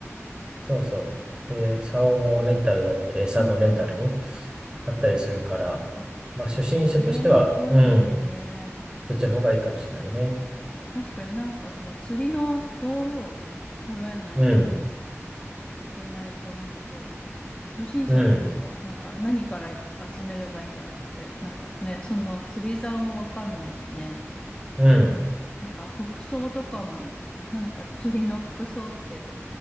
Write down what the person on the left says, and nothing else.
そ
うんうん。
あ、
それはいいね。
確かになんかその釣りの道具をね、揃えないと
いけないと思うと、初心者の人は、
なんか何から集めればいいんだろうって、なんかね、その釣り竿もわかんないしね、
なんか服装とかも、なんか釣りの服装って、